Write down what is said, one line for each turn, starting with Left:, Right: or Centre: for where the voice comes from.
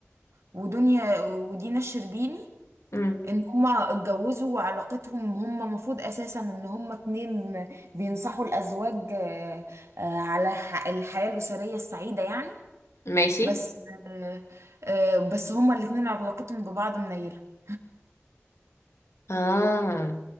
Right: ودنيا ودينا الشربيني
Left: امم
Right: ان هما اتجوزوا وعلاقتهم هما المفروض اساسا ان هما اتنين بينصحوا الازواج آه، آه، على ح- الحياة الاسرية السعيدة يعني
Left: ماشي
Right: بس آه، آه، بس هما الاتنين علاقتهم ببعض منيلة
Left: اه